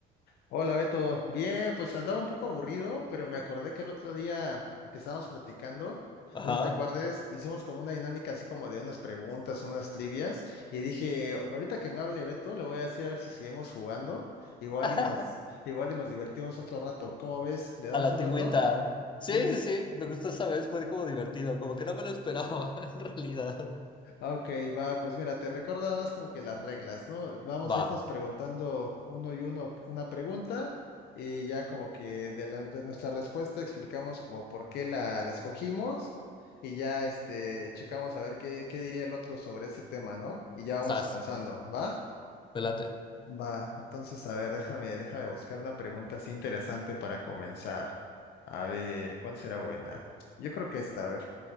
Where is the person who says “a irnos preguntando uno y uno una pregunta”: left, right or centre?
Left